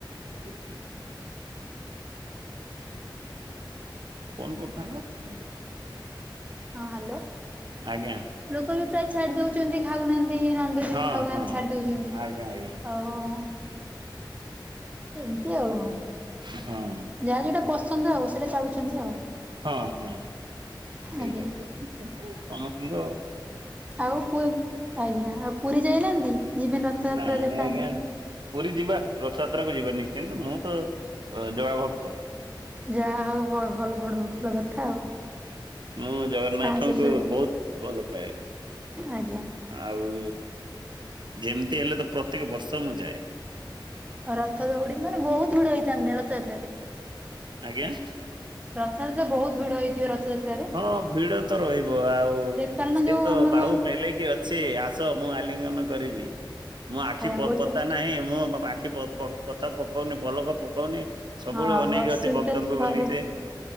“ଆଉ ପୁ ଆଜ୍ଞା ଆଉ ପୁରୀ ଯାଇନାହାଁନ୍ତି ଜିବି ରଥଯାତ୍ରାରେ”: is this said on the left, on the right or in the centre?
Right